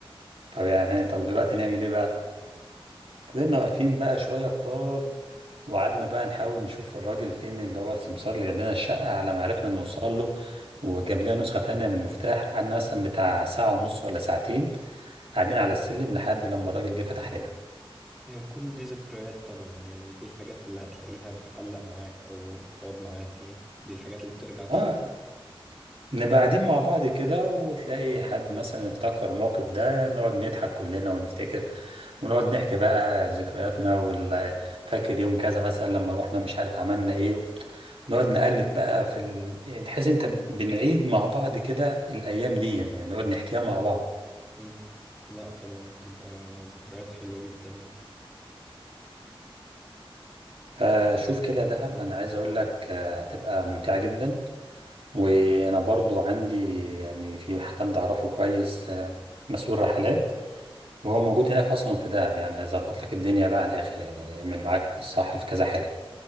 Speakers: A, on the right (about 80°); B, in the centre.
A: طب يعني طب دلوقتي نعمل ايه بقى فضلنا واقفين بقى شوية كتار وقعدنا بقى نحاول نشوف الراجل فين اللي هو السمسار اللي جاب لنا الشقة على ما عرفنا نوصل له وجاب لنا نسخة تانية من المفتاح قعدنا مثلا بتاع ساعة ونص ولا ساعتين قاعدين على السلم لحد لما الراجل جه فتح لنا
B: هي كل دي ذكريات طبعا يعني دي الحاجات اللي هتلاقيها بتعلق معاك او بتقعد معاك يعني دي الحاجات اللي بترجع تفتكر
A: اه نبقى قاعدين مع بعض كده وتلاقي
B: مم.
A: حد مثلا افتكر الموقف ده نقعد نضحك كلنا ونفتكر ونقعد نحكي بقى ذكرياتنا وال- فاكر يوم كذا مثلا لما روحنا مش عارف عملنا ايه
B: مم.
A: نقعد نقلب بقى في ال... يعني تحس انت بنعيد مع بعض كده الايام دي يعني نقعد نحكيها مع بعض
B: مم. لا طبعا بتبقى ذكريات حلوة جدا يعني
A: فشوف كده دهب انا عايز اقول لك آه، هتبقى ممتعة جدا وانا برضو عندي يعني في حد اعرفه كويس آه، مسؤول رحلات وهو موجود هناك اصلا في دهب يعني هيظبط لك الدنيا بقى على الاخر يعني يعمل معاك الصح في كذا حاجه